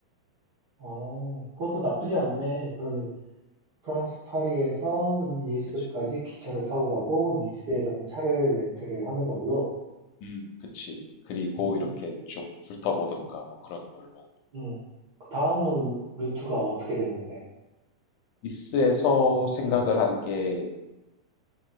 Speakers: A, on the right; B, on the left.
A: 어, 그것도 나쁘지 않네. 그러면 프랑스 파리에서 니스까지
B: 그치.
A: 기차를 타고 가고, 니스에선
B: 음.
A: 차를 렌트를 하는 걸로.
B: 음. 그치. 그리고
A: 어.
B: 이렇게 쭉 훑어보던가 뭐 그런 걸로.
A: 음. 그 다음은 루트가
B: 음.
A: 어떻게 되는데?
B: 니스에서 생각을 한게